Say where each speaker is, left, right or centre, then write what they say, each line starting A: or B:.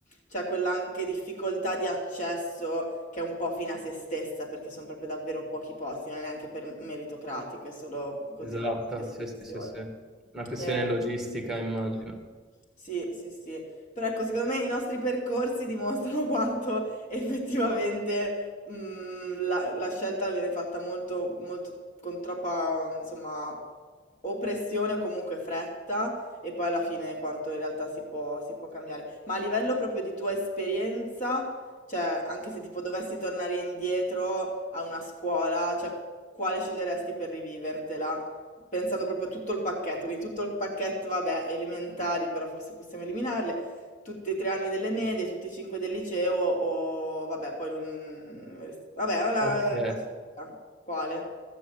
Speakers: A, on the left; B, in the centre.
A: cioè quella anche difficoltà di accesso che è un po' fine a se stessa, perché sono proprio davvero pochi posti, non è neanche per meritocratiche, è solo così
B: Esatto,
A: una selezione.
B: sì, sì, sì, sì. Una questione
A: Eh,
B: logistica, immagino.
A: sì, sì, sì. Però ecco, secondo me i nostri percorsi dimostrano <laughs> quanto effettivamente mm, la, la scelta viene fatta molto, molto con troppa, insomma, o pressione o comunque fretta, e poi alla fine quanto in realtà si può, si può cambiare. Ma a livello proprio di tua esperienza, cioè, anche se tipo dovessi tornare indietro a una scuola, cioè, quale sceglieresti per rivivertela? Pensando proprio a tutto il pacchetto, quindi tutto il pacchetto, vabbè, elementari, però forse possiamo eliminarle, tutti e tre anni delle medie, tutti e cinque del liceo, o vabbè, poi l'università. Vabbè, la, la-
B: Ok,
A: la- quale?